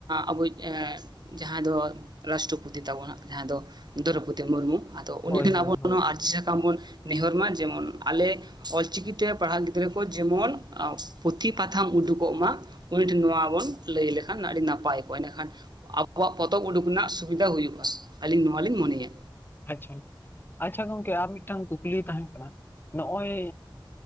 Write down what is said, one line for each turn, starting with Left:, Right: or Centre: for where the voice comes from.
Right: ᱟᱵᱚᱭᱤᱡ ᱡᱟᱦᱟᱸ ᱫᱚ ᱨᱟᱥᱴᱨᱚᱯᱚᱛᱤ ᱛᱟᱵᱚᱱᱟ ᱡᱟᱦᱟᱸᱭ ᱫᱚ ᱫᱨᱳᱣᱯᱚᱫᱤ ᱢᱩᱨᱢᱩ ᱟᱫᱚ ᱩᱱᱤ
Left: ᱦᱳᱭ
Right: ᱴᱷᱮᱱ ᱟᱵᱚ
Left: ᱦᱳᱭ ᱦᱳᱭ
Right: ᱱᱚᱣᱟ ᱟᱨᱡᱤ ᱥᱟᱠᱟᱢ ᱵᱚᱱ ᱱᱮᱦᱚᱨ ᱢᱟ ᱡᱮᱢᱚᱱ ᱟᱞᱮ ᱚᱞᱪᱤᱠᱤ ᱛᱮ ᱯᱟᱲᱦᱟᱜ ᱜᱤᱫᱽᱨᱟᱹ ᱠᱚ ᱡᱮᱢᱚᱱ ᱯᱩᱛᱷᱤ ᱯᱟᱛᱷᱟᱢ ᱩᱰᱩᱠᱚᱜ ᱢᱟ ᱩᱱᱤ ᱴᱷᱮᱱ ᱱᱚᱣᱟ ᱵᱚᱱ ᱞᱟᱹᱭ ᱞᱮᱠᱷᱟᱱ ᱟᱹᱰᱤ ᱱᱟᱯᱟᱭ ᱠᱚᱜᱼᱟ ᱮᱸᱰᱮᱠᱷᱟᱱ ᱟᱵᱚᱣᱟᱜ ᱯᱚᱛᱚᱵ ᱩᱰᱩᱠ ᱨᱮᱱᱟᱜ ᱥᱩᱵᱤᱫᱷᱟ ᱦᱩᱭᱩᱜᱼᱟ ᱟᱹᱞᱤᱧ ᱱᱚᱣᱟ ᱞᱤᱧ ᱢᱚᱱᱮᱭᱟ
Left: ᱟᱪᱷᱟ ᱟᱪᱪᱷᱟ ᱜᱚᱝᱠᱮ ᱟᱨ ᱢᱤᱫᱴᱟᱝ ᱠᱩᱠᱞᱤ ᱛᱟᱦᱮᱸ ᱠᱟᱱᱟ ᱱᱚᱜᱼᱚᱭ